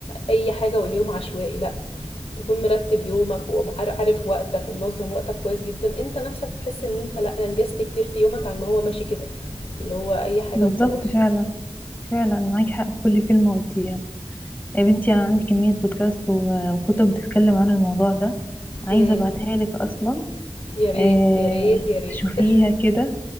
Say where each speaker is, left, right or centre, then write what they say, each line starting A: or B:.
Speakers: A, on the left; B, on the left.
A: أي حاجة واليوم عشوائي لأ. تكون مرتب يومك وعارف وقتك ومنظم وقتك كويس جدا انت نفسك هتحس ان انت لا انجزت كتير في يومك عن ما هو ماشي كده اللي هو اي حاجة
B: بالظبط
A: وخلاص
B: فعلا فعلا معاكي حق في كل كلمه قلتيها يا بنتي انا عندي كمية بودكاست و- وكتب بتتكلم عن الموضوع ده عايزة
A: امم
B: ابعتها لك اصلا
A: يا ريت
B: آه،
A: يا ريت يا ريت
B: تشوفيها
A: <laughs>
B: كده